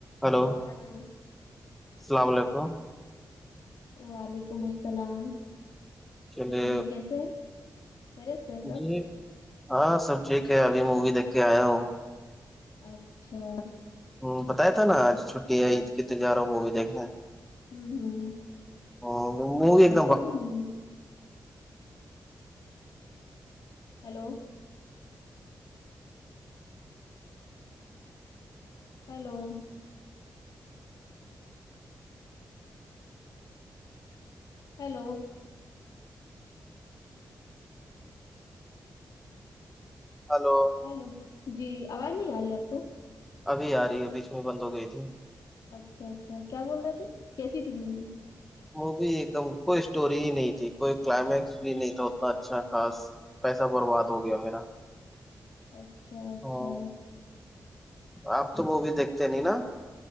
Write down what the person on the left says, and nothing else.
hello
وعلیکم السلام
جی کیسے ہیں خیریت سے ہیں سب
اچھا
ہوں ہوں
اچھا
کیسی
امی hello hello hello
hello جی آواز نہیں آ رہی ہے آپ کو
اچھا اچھا کیا بول رہے تھے کیسی تھی مووی
اچھا اچھا